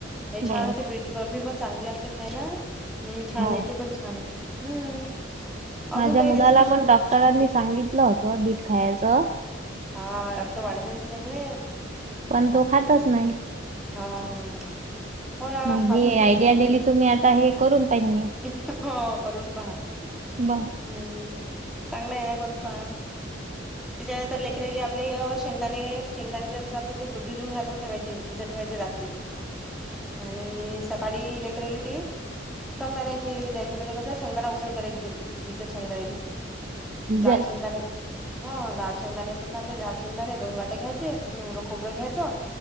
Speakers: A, in the centre; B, on the right.
A: नाई
B: बर.
A: छान होते बीटची बर्फी पण चांगली लागते खायला आणि छान
B: हो
A: येते पण छान. हं
B: माझ्या
A: अजून काई
B: मुलाला
A: रेसिपी
B: पण
A: वगैरे.
B: डॉक्टरांनी सांगितलं होतं बीट खायाचं.
A: हां रक्त वाढते न तीच्यामुळे.
B: पण तो खातच नाई.
A: हां हं. हो ना
B: मग
A: खातच
B: हे
A: नाईत
B: आयडिया
A: लेकरं
B: दिली
A: तेच्
B: तुम्ही आता हे करून पाहिन मी.
A: हं-हं हो करून पहा.
B: बर.
A: हं चांगलाय ना करून पहा त्याच्यानंतर लेकराईले आप ले शेंगदाणे, शेंगदाणे जे असतात आपले ते भिजू घालून ठेवायचे भिजत ठेवायचे रात्री आणि सकाळी लेकराईले ते. शेंगदाण्याची ही त्याची म्हणजे कसं शेंगदाना उसळ करायची त्याची भिजत शेंगदाण्याची
B: भिजल
A: लाल शेंगदाणे हां लाल शेंगदाणे अस् ते आपले लाल शेंगदाणे दोन वाट्या घ्यायचे त्याच्यात ओल खोबरं घ्यायचं